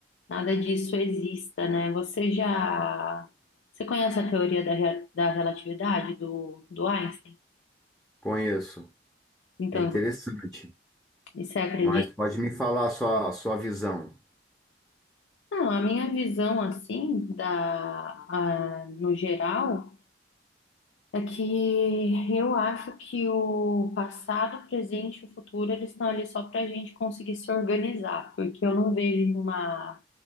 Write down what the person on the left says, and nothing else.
nada disso exista, né? Você já, você conhece a teoria da, rea- da relatividade do, do Einstein?
Então,
você acredita?
Não, a minha visão, assim, da, a- no geral, É que eu acho que o passado, o presente e o futuro, eles estão ali só para a gente conseguir se organizar, porque eu não vejo uma,